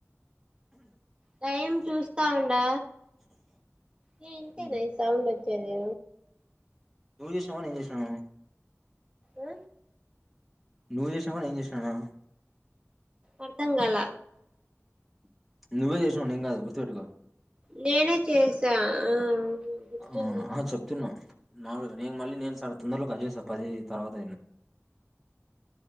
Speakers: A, on the right; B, in the centre.
A: టైం చూస్తా ఉండా ఇగ ఇంతేనా
B: హ్మ్.
A: ఈ సౌండ్ చ్చేదే
B: నువ్వు చేసినవా నేను చేసినా
A: ఆ
B: నువ్వు చేసినావ నేన్ చేసినానా
A: అర్థం గాల
B: నువ్వే చేసినవు నేను కాదు గుర్తుపెటుకో
A: నేనే చేసా ఆ గుర్తుంది
B: ఆ ఆ చెప్తున్నా మామలుగా నేను మళ్ళీ నేను సార్ తొందరలో కట్ చేస్తా పది తర్వాత అయినా